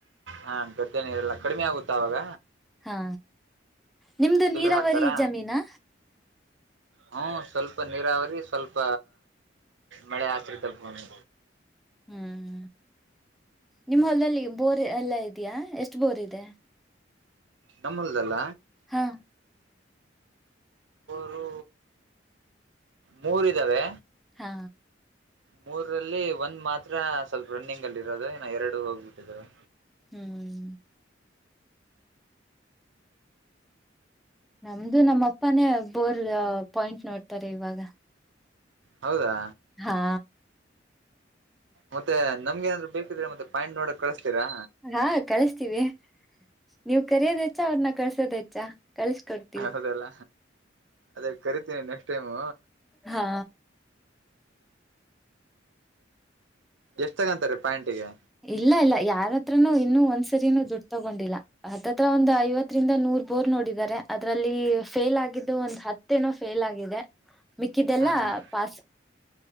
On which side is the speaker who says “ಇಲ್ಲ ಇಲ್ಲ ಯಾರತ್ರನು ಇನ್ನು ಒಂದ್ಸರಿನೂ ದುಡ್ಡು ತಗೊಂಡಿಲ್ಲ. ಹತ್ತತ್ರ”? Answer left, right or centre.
Centre